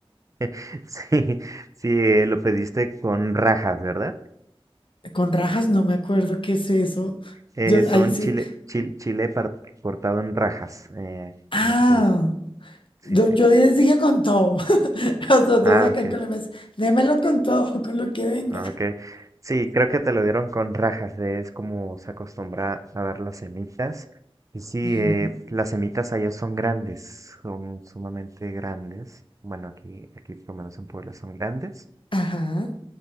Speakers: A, on the right (about 35°); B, on the left (about 55°).
A: <laughs> sí, sí, eh, lo pediste con rajas, ¿verdad?
B: Con rajas, no me acuerdo qué es eso.
A: Eh,
B: Yo
A: son
B: ahí sí.
A: chile, chile, chile par- cortado en rajas, eh,
B: Ah,
A: en ese pedazo. Sí,
B: yo,
A: sí.
B: yo les dije con todo. <laughs> A Los dos
A: Ah,
B: acá
A: ok.
B: en Colombia, es, démelo con todo, con lo que venga.
A: Ah, ok. Sí, creo que te lo dieron con rajas, eh, es como se acostumbra a dar las semitas. Y sí,
B: Ujú.
A: eh, las semitas allá son grandes, son sumamente grandes. Bueno, aquí, aquí por lo menos en Puebla son grandes.
B: Ajá,